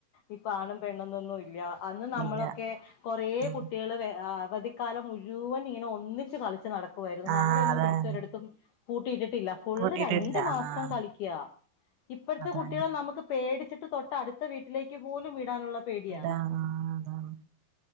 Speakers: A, on the left; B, on the right.
A: ഇപ്പ ആണും പെണ്ണു ന്നൊന്നും ഇല്ല അന്ന് നമ്മളൊക്കെ
B: ഇല്ല
A: കൊറേ
B: ഉം
A: കുട്ടിയേള് വേ ആഹ് അവധി കാലം മുഴുവൻ ഇങ്ങനെ ഒന്നിച്ച് കളിച്ച് നടക്കുവായിരുന്നു
B: ആഹ്
A: നമ്മുടെ ഒന്നും
B: അതാണ്
A: പിടിച്ച്ഒരിടത്തും പൂട്ടിയിട്ടിട്ടില്ല ഫുള്ള്
B: കൂട്ടിട്ടില്ല
A: രണ്ട് മാസം
B: ആഹ്
A: കളിക്ക ഇപ്പഴത്തെ
B: അതാണ്
A: കുട്ട നമുക്ക് പേടിച്ചിട്ട് തൊട്ട് അടുത്ത വീട്ടിലേക്ക് പോലും വിടാനുള്ള പേടിയാണ്
B: അതാ ആ അതാണ്